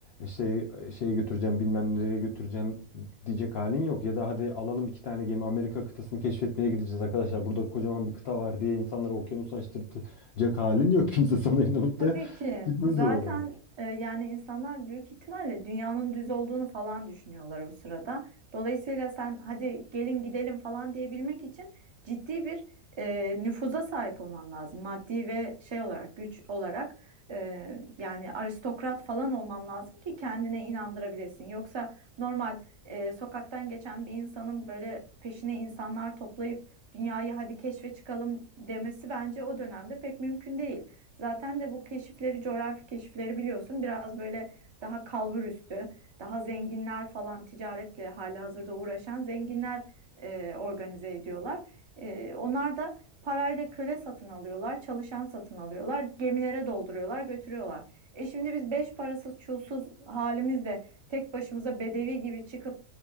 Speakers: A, on the left (about 75°); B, on the right (about 30°).
A: şey şeye götüreceğim bilmem nereye götüreceğim diyecek halin yok. Ya da hadi alalım iki tane gemi Amerika kıtasını keşfetmeye gideceğiz arkadaşlar. Burada kocaman bir kıta var diye insanları okyanusa açtırtacak halin yok. <laughs> Kimse sana inanıp
B: Tabii
A: da
B: ki.
A: gitmez
B: Zaten
A: oralara.
B: e, yani insanlar büyük ihtimalle dünyanın düz olduğunu falan düşünüyorlar o sırada. Dolayısıyla sen hadi gelin gidelim falan diyebilmek için ciddi bir e, nüfuza sahip olman lazım. Maddi ve şey olarak güç olarak e, yani aristokrat falan olman lazım ki kendine inandırabilesin. Yoksa normal e, sokaktan geçen bir insanın böyle peşine insanlar toplayıp dünyayı hadi keşfe çıkalım demesi bence o dönemde pek mümkün değil. Zaten de bu keşifleri, coğrafi keşifleri biliyorsun biraz böyle daha kalbur üstü, daha zenginler falan ticaretle halihazırda uğraşan zenginler e, organize ediyorlar. E, onlar da parayla köle satın alıyorlar, çalışan satın alıyorlar, gemilere dolduruyorlar, götürüyorlar. E şimdi biz beş parasız, çulsuz halimizle tek başımıza bedevi gibi çıkıp